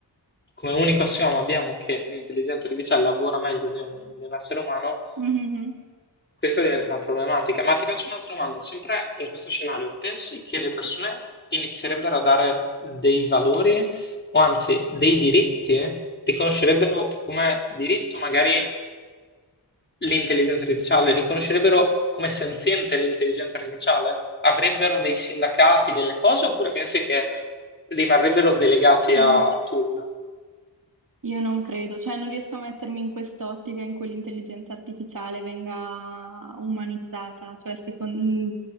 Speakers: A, on the left; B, on the right.
A: come unico assioma abbiamo che l'intelligenza artificiale lavora meglio di un, di un essere umano,
B: Mhm.
A: questa diventa una problematica. Ma ti faccio un'altra domanda, sempre in questo scenario, pensi che le persone inizierebbero a dare dei valori o anzi dei diritti? Riconoscerebbero come diritto magari l'intelligenza artificiale, riconoscerebbero come senziente l'intelligenza artificiale? Avrebbero dei sindacati, delle cose, oppure pensi che rimarrebbero delegati a
B: Io,
A: tool?
B: io non credo, cioè non riesco a mettermi in quest'ottica in cui l'intelligenza artificiale venga umanizzata, cioè secon- mm,